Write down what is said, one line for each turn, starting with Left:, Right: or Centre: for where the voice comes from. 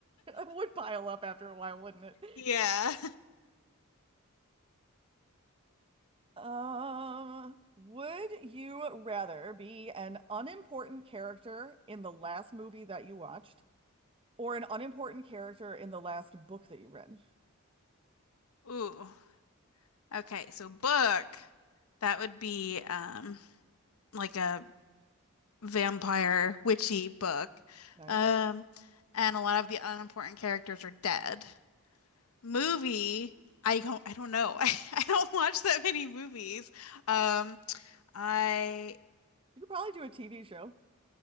Right: it would pile up after a while, wouldn't it?
Left: <laughs> Yeah.
Right: Um, would you rather be an unimportant character in the last movie that you watched? Or an unimportant character in the last book that you read.
Left: Ooh. Okay, so book, that would be um like a vampire witchy book.
Right: Nice.
Left: Um and a lot of the unimportant characters are dead. Movie, I don't I don't know. <laughs> I, I don't watch that many movies. Um I
Right: You could probably do a TV show.